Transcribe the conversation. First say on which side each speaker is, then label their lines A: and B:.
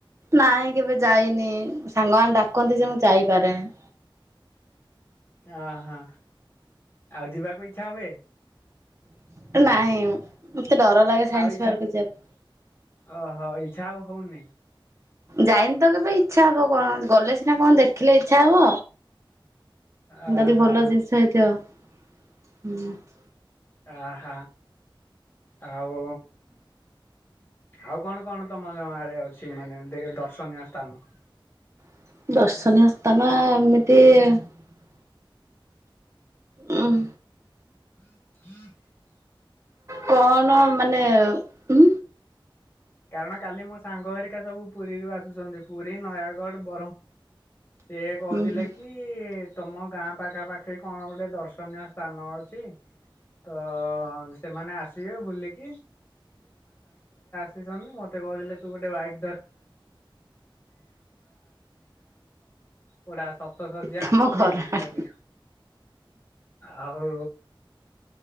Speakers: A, on the right; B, on the left.
A: ନାଇଁ କେବେ ଯାଇନି ସାଙ୍ଗ ମାନେ ଡାକନ୍ତି ଯେ ମୁଁ ଯାଇପାରେନି।
B: ଅହୋ ଆଉ ଯିବାକୁ ଇଚ୍ଛା ହୁଏ।
A: ନାଇଁ।
B: <unintelligible>
A: ଡର ଲାଗେ ସାଇନ୍ସ ପାର୍କ ଯିବାକୁ ଯାଇନି ତ କେବେ ଇଚ୍ଛା ହବ କଣ ଗଲେ ସିନା କଣ ଦେଖିଲେ ଇଚ୍ଛା ହବ।
B: ଓହୋ
A: ଯଦି ଭଲ ଜିନିଷ ହେଇଥିବ। ହୁଁ <unintelligible>
B: ଅହ। ଆଉ ଆଉ କଣ କଣ ତମ ଆଡେ ଅଛି ମାନେ ଦେ ଦର୍ଶନୀୟ ସ୍ଥାନ।
A: <unintelligible> ଓ <unintelligible>
B: ହ <unintelligible>
A: କଣ ମାନେ ହଁ
B: କାରଣ କାଲି ମୋ ସାଙ୍ଗ ହେରିକା ସବୁ ପୁରୀରୁ ଆସୁଛନ୍ତି ପୁରୀ ନୟାଗଡ ବ ସେି କହୁଥିଲେ
A: ହୁଁ ହୁଁ
B: କି ତମ ଗାଁ ପାଖାପାଖି କଣ ଗୋଟେ ଦର୍ଶନୀୟ ସ୍ଥାନ ଅଛି ତ ସେମାନେ ଆସିବେ ବୁଲିକି ମତେ କହୁଥିଲେ ତୁ ଗୋଟେ ବାଇକ ଗଡା ସପ୍ତ ଶଯ୍ୟା
A: ତମ ଘର
B: ଏଇ
A: ଆଡେ
B: କଛି ଆଉ